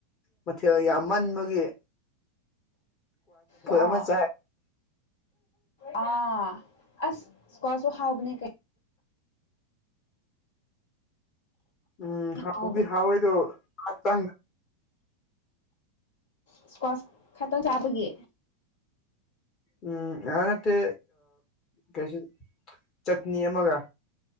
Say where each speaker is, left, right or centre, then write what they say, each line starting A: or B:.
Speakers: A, on the left; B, on the left.
A: ꯃꯊꯦꯜ ꯌꯥꯝꯃꯟꯕꯒꯤ
B: ꯑ
A: ꯑꯃ ꯆꯥꯏ
B: ꯑ ꯑꯁ ꯏꯁꯀꯁꯨꯣ ꯍꯥꯥꯎꯕꯅꯦ ꯀꯩ
A: ꯎꯝ ꯍꯥꯎꯗꯤ
B: ꯍꯥꯎꯕꯅꯦ
A: ꯍꯥꯎꯋꯏꯗꯣ ꯉꯇꯪ
B: ꯏꯁꯀ꯭ꯋꯥꯁ ꯈꯇꯝ ꯆꯥꯕꯒꯦ
A: ꯎꯝ ꯑꯍ ꯅꯠꯇꯦ ꯀꯩꯁꯤ ꯆꯠꯅꯤ ꯑꯃꯒ